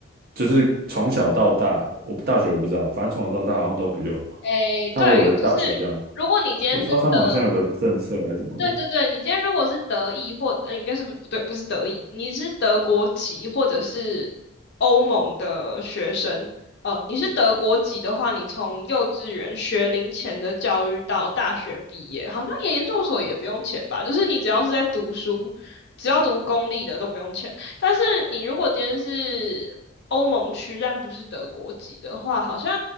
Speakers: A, on the right; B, on the left.
A: 就是从小到大，我大学我不知道，反正从小到大好像都不用，
B: 诶，
A: 但我以为大学要，
B: 对，就是如果你今天是德
A: 我知道他们好像有个政策还是什么的。
B: 对对对，你今天如果是德裔或，呃，应该是不不对，不是德裔，你是德国籍或者是欧盟的学生，呃，你是德国籍的话，你从幼稚园学龄前的教育到大学毕业，好像研研究所也不用钱吧？就是你只要是在读书，只要读公立的都不用钱。但是你如果今天是欧盟区但不是德国籍的话，好像